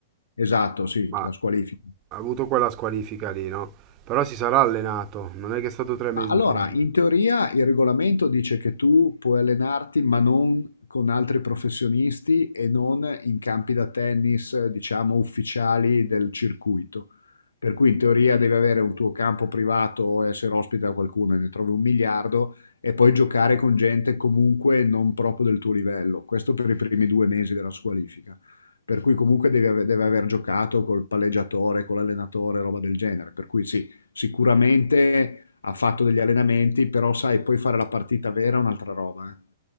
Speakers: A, on the left; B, on the right.
A: Esatto, sì,
B: Ma ha
A: la squalifica.
B: avuto quella squalifica lì, no? Però si sarà allenato, non è che è stato tre mesi
A: Ma Allora,
B: fermo.
A: in teoria il regolamento dice che tu puoi allenarti, ma non con altri professionisti e non in campi da tennis, eh, diciamo, ufficiali del circuito. Per cui in teoria devi avere un tuo campo privato o essere ospite da qualcuno, e ne trovi un miliardo, e poi giocare con gente comunque non proprio del tuo livello. Questo per i primi due mesi della squalifica. Per cui comunque devi ave- deve aver giocato col palleggiatore, con l'allenatore, roba del genere. Per cui sì, sicuramente ha fatto degli allenamenti, però sai, poi fare la partita vera è un'altra roba. eh.